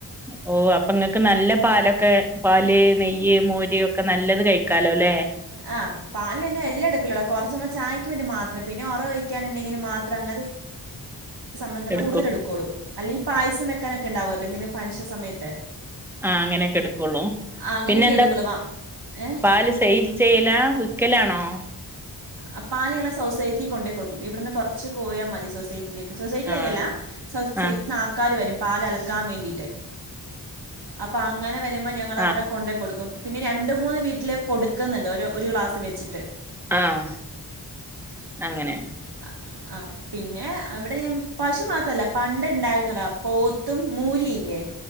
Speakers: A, in the centre; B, on the right (about 65°).
A: അപ്പൊ അപ്പൊ നിങ്ങക്ക്നല്ല പാലൊക്കെ പാൽ നെയ്യ് മോര് ഒക്കെനല്ലത് കഴിക്കാലോല്ലേ
B: ആ പാൽ <unintelligible> കുറച്ചമ്മള് ചായക്ക് വേണ്ടിമാത്രം പിന്നെ ഒറഒഴിക്കാനുണ്ടെങ്കി മാത്രം അങ്ങനത്തെ <unintelligible>
A: എടുക്കും
B: കൂടുതൽ എടുക്കോള്ളൂ അല്ലെങ്കി പായസം വെക്കാനൊക്കെണ്ടാവൊലോ ഫൻഷൻസമയതത്ത്
A: ആ അങ്ങനെയൊക്കെ എടുക്കുള്ളൂ
B: അങ്ങനെയൊക്കെ
A: പിന്നെ എന്താ
B: എടുക്കുള്ളൂ വാ ഏഹ്
A: പാൽ സെയില് ചെയ്യലാ വിക്കലാണോ
B: ആ പാല് ഞങ്ങൾ സൊസൈറ്റി കൊണ്ടേ കൊടുക്കും ഇവിടുന്ന് കൊറച്ച് പോയാൽ മതി സൊസൈറ്റി സൊസൈറ്റിലേക്കല്ല
A: ആഹ്
B: സൊസൈറ്റിന്ന്
A: ആഹ്
B: ആൾകര് വരും പാൽ അളക്കാൻ വേണ്ടീട്ട് അപ്പൊ അങ്ങനെ വരുമ്പോ ഞങ്ങൾ
A: ആഹ്
B: അവരെ കൊണ്ടെ കൊടുക്കും പിന്നെ രണ്ട് മൂന്ന് വീ വീട്ടില് കൊടുക്കുന്നുണ്ട് ഒരു ഗ്ലാസ് വെച്ചിട്ട്
A: ആഹ അങ്ങനെ
B: ആ, ആ പിന്നെ അവിടെ ഞാൻ പശു മാത്രല്ല പണ്ട ഇണ്ടായിരുന്നടോ പോത്തും മൂരിയില്ലേ